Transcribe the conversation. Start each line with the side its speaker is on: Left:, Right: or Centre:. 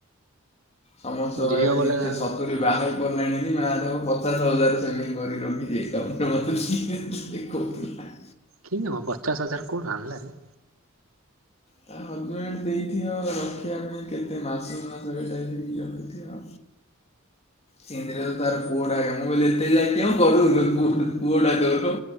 Left: ସମସ୍ତ
Right: ଝିଅ
Left: <unintelligible>
Right: ବୋଲେ
Left: ସେ
Right: ହଁ
Left: ସତୁରି ବାହାରି ପଡିଲାଣି କି ନା ତାକୁ ପଚାଶ ହଜାର ସେମିତି କରି ରଖିଛି ଏକାଉଣ୍ଟ ରେ ରଖିଛି। <unintelligible> କହୁଥିଲି ନା।
Right: କିନ୍ତି କଣ ପଚାଶ ହଜାର କୋଉଠୁ ଆଣିଲାରେ?
Left: ତା ହଜବେଣ୍ଡ ଦେଇଥିବ ରଖିବା ପାଇଁ କେତେ ମାସ ମାସଟା ରଖିଥିବ ସେମିତିରେ ତ ତାର ପୁଅଟା ଆଜ୍ଞା ମୁଁ କହିଲି ଏତେ ଯାଏଁ <unintelligible> କରୁନ ପୁଅଟା ତୋର